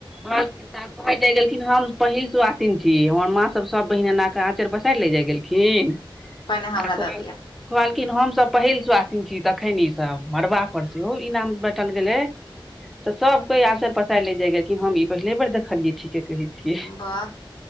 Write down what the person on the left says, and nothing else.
पहिने हमरा
दऽ
दिअ
वाह